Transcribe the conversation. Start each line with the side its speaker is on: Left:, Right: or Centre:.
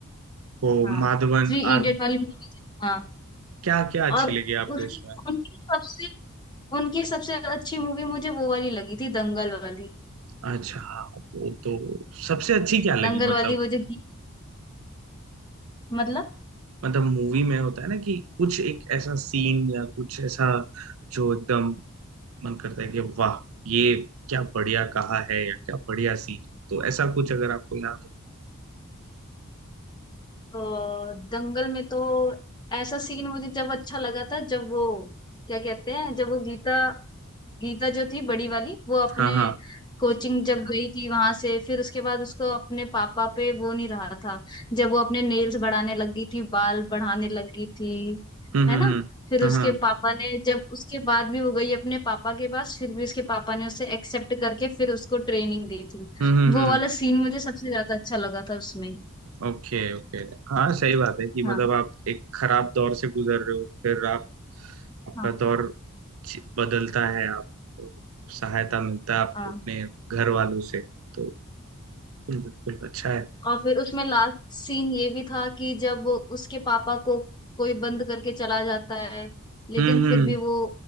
Right: वो
Left: हाँ
Right: माधवन
Left: थ्री
Right: आर
Left: इडियट वाली मूवी थी हाँ
Right: क्या क्या अच्छी
Left: और
Right: लगी आपको
Left: उसकी
Right: उसमें
Left: उनकी सबसे उनकी सबसे अच्छी मूवी मुझे वो वाली लगी थी दंगल वाली
Right: अच्छा हाँ वो तो सबसे अच्छी क्या लगी
Left: दंगल
Right: मतलब
Left: वाली वो जो गीत- मतलब
Right: मतलब मूवी में होता है ना कि कुछ एक ऐसा सीन या कुछ ऐसा जो एकदम मन करता है कि वाह ये क्या बढ़िया कहा है या क्या बढ़िया सीन तो ऐसा कुछ अगर आपको याद हो
Left: और दंगल में तो ऐसा सीन मुझे जब अच्छा लगा था जब वो क्या कहते हैं जब वो गीता गीता जो थी बड़ी वाली वो अपने
Right: हाँ हाँ
Left: कोचिंग जब गई थी वहां से फिर उसके बाद उसको अपने पापा पे वो नहीं रहा था जब वो अपने नेल्स बढ़ाने लगी थी बाल बढ़ाने लगी थी
Right: हम्म
Left: है
Right: हम्म
Left: ना
Right: हम्म
Left: फिर
Right: हाँ
Left: उसके
Right: हाँ
Left: पापा ने जब उसके बाद भी वो गई अपने पापा के पास फिर भी उसके पापा ने उसे एक्सेप्ट करके फिर उसको ट्रेनिंग दी थी
Right: हम्म हम्म
Left: वो वाला
Right: हम्म
Left: सीन मुझे सबसे ज्यादा अच्छा लगा था उसमें
Right: Okay okay हाँ सही बात है कि
Left: हाँ
Right: मतलब आप एक खराब दौर से गुजर रहे हो फिर आप आपका
Left: हाँ
Right: दौर च- बदलता है आप सहायता मिलता है आपको
Left: हाँ
Right: अपने घर वालों से तो बिल्कुल बिल्कुल अच्छा है
Left: और फिर उसमें लास्ट सीन ये भी था कि जब वो उसके पापा को कोई बंद करके चला जाता है लेकिन
Right: हम्म हम्म
Left: फिर भी वो